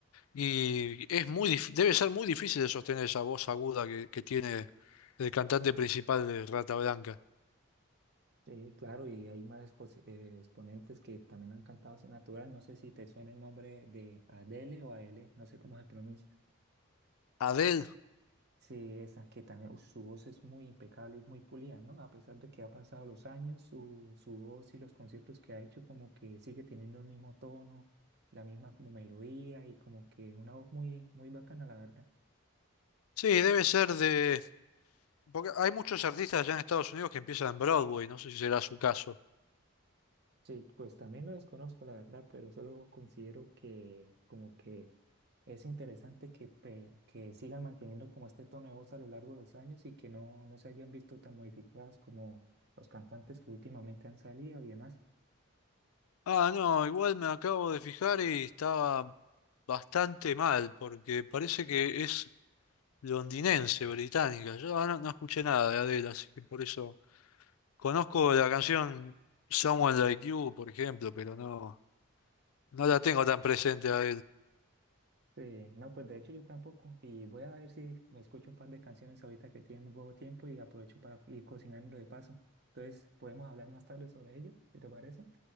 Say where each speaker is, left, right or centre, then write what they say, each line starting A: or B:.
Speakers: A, on the left (about 80°); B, on the right (about 50°).
A: Y es muy, dif- debe ser muy difícil de sostener esa voz aguda que, que tiene el cantante principal de Rata Blanca.
B: Sí, claro, y hay más expos- eh, exponentes que también han cantado así natural. No sé si te suena el nombre de Adele o Aele, no sé cómo se pronuncia.
A: Adele.
B: Sí, esa que también, uf, su voz es muy impecable y muy pulida, ¿no? A pesar de que ha pasado los años, su, su voz y los conciertos que ha hecho como que sigue teniendo el mismo tono, la misma como melodía y como que una voz muy, muy bacana, la verdad.
A: Sí, debe ser de... Porque hay muchos artistas allá en Estados Unidos que empiezan en Broadway, no sé si será su caso.
B: Sí, pues también lo desconozco, la verdad, pero solo considero que como que es interesante que, pe- que sigan manteniendo como este tono de voz a lo largo de los años y que no, no se hayan visto tan modificadas como los cantantes que últimamente han salido y demás.
A: Ah, no, igual me acabo de fijar y estaba bastante mal, porque parece que es londinense, británica. Yo no, no escuché nada de Adele, así que por eso conozco la canción Someone Like You, por ejemplo, pero no, no la tengo tan presente a
B: Sí, no, pues de hecho yo tampoco. Y voy a ver si me escucho un par de canciones ahorita que tengo tiempo y aprovecho para ir cocinando de paso. Entonces, podemos hablar más tarde sobre ello, si te parece.